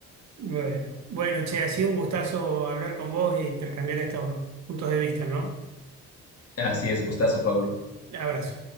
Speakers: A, on the right (about 65°); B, on the left (about 50°).
A: Bueno, bueno, che, ha sido un gustazo hablar con vos y intercambiar estos puntos de vista, ¿no?
B: Así es, gustazo, Pablo.
A: Abrazo.